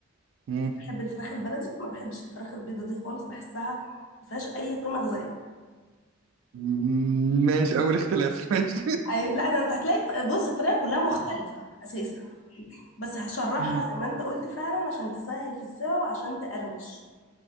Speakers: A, on the right; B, on the left.
A: مم.
B: بحب الفراخ البلدي ما بحبش الفراخ البيضه دي خالص بحسها ما فيهاش اي قيمه غذائيه
A: مم. ماشي اول اختلاف <laughs> ماشي
B: أي... لا ده انت هتلاقي بص الطريقه كلها مختلفه اساسا بس هشرحها
A: مم.
B: زي ما انت قلت فعلا عشان تسهل في السوا وعشان تقرمش